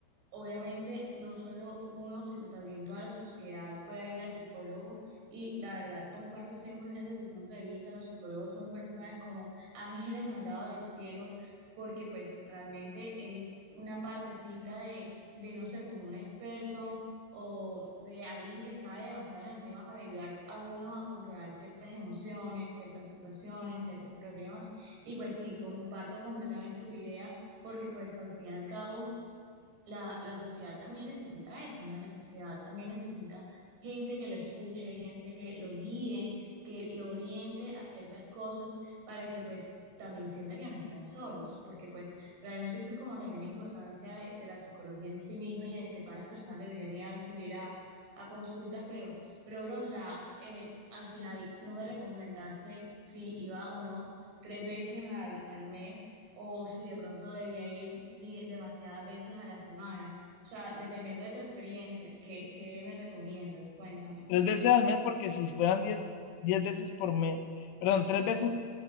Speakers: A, on the right; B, on the left.
A: obviamente no solo uno, sino también toda la sociedad pueda ir al psicólogo. Y la verdad, comparto 100% tu punto de vista. Los psicólogos son personas como ángeles mandados del cielo, porque pues realmente es una partecita de, de no sé, como un experto o de alguien que sabe demasiado en el tema para ayudar a uno a controlar ciertas emociones, ciertas situaciones, ciertos problemas. Y pues sí, comparto completamente tu idea porque pues al fin y al cabo la, la sociedad también necesita eso, ¿no? La sociedad también necesita gente que lo escuche, gente que lo guíe, que lo oriente a ciertas cosas para que pues también sienta que no están solos, porque pues realmente eso es como también la importancia de, de la psicología en sí misma y de que todas las personas deberían ir a acudir a, a consultas, pero, pero bro, o sea, eh, al final no me recomendaste si iba o no tres veces al, al mes o si de pronto debía ir di- demasiadas veces a la semana. O sea, dependiendo de tu experiencia, ¿qué, qué me recomiendas? Cuéntame.
B: Tres veces al mes, porque si fueran diez, diez veces por mes, perdón, tres veces,